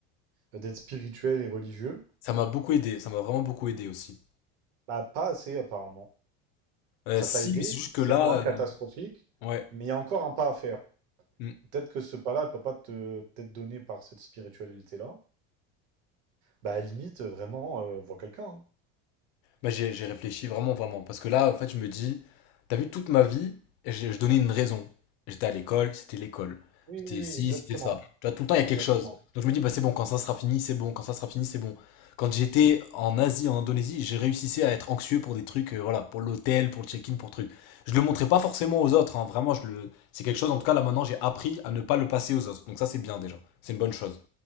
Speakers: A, on the right (about 85°); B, on the left (about 65°).
A: euh, d'être spirituel et religieux.
B: Ça m'a beaucoup aidé, ça m'a vraiment beaucoup aidé aussi.
A: Bah, pas assez apparemment.
B: Euh,
A: Ça
B: si,
A: t'a aidé,
B: mais c'est juste que
A: c'est
B: là,
A: moins catastrophique,
B: euh, ouais.
A: mais il y a encore un pas à faire.
B: Mm.
A: Peut-être que ce pas-là, il peut pas te t'être donné par cette spiritualité-là. Bah, à la limite, euh, vraiment, euh, vois quelqu'un. hein.
B: Bah, j'ai j'ai réfléchi vraiment, vraiment. Parce que là, en fait, je me dis, t'as vu toute ma vie, et j'ai- je donnais une raison. J'étais à l'école, c'était l'école.
A: Oui,
B: J'étais
A: oui,
B: ici,
A: oui, exactement.
B: c'était ça. Tu vois, tout le temps, il y a
A: Exactement.
B: quelque chose. Donc je me dis, bah, c'est bon, quand ça sera fini, c'est bon, quand ça sera fini, c'est bon. Quand j'étais en Asie, en Indonésie, j'ai réussi à être anxieux pour des trucs, euh, voilà, pour l'hôtel, pour le check-in, pour trucs. Je le montrais pas forcément aux autres, hein, vraiment, je le... c'est quelque chose, en tout cas, là, maintenant, j'ai appris à ne pas le passer aux autres. Donc ça, c'est bien déjà. C'est une bonne chose.